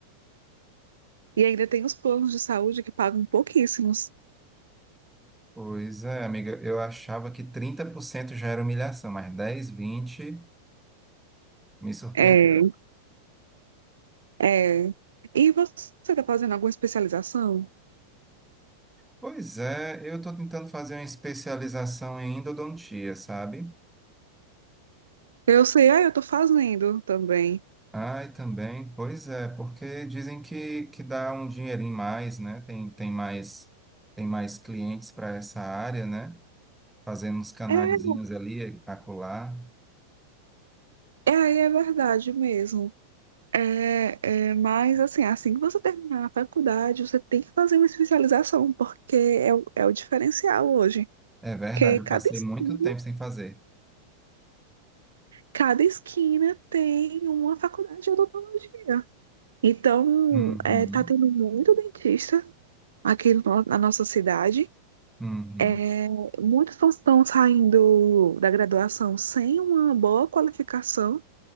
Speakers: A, on the right; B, in the centre.
A: E ainda tem os planos de saúde que pagam pouquíssimos.
B: Pois é, amiga, eu achava que 30% já era humilhação, mas 10, 20 Me surpreendeu.
A: É, é. E você está fazendo alguma especialização?
B: Pois é, eu estou tentando fazer uma especialização em endodontia, sabe?
A: Eu sei, ah, eu tô fazendo também.
B: Ai, também, pois é, porque dizem que, que dá um dinheirinho mais, né? Tem, tem mais, tem mais clientes para essa área, né? Fazendo uns canaizinhos
A: É,
B: ali, acolá.
A: é aí é verdade mesmo. É, é, mas assim, assim que você terminar a faculdade, você tem que fazer uma especialização, porque é, o- é o diferencial hoje.
B: É verdade,
A: Porque cada
B: eu passei
A: esquina,
B: muito tempo sem fazer.
A: cada esquina tem uma faculdade de odontologia. Então,
B: Uhum,
A: é, tá tendo muito dentista aqui no- na nossa cidade.
B: uhum.
A: É, muitos estão saindo da graduação sem uma boa qualificação.